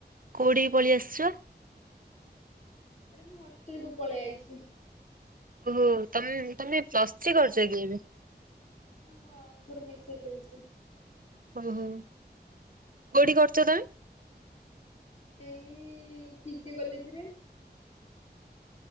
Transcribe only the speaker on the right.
କୋଉଠି କି ପଳେଇ ଆସିଛ?
ଓ ହୋ ତମ ତମେ ପ୍ଲସ ଥ୍ରି କରୁଛ କି ଏବେ?
ଓ ହୋ କୋଉଠି କରୁଚ ତମେ?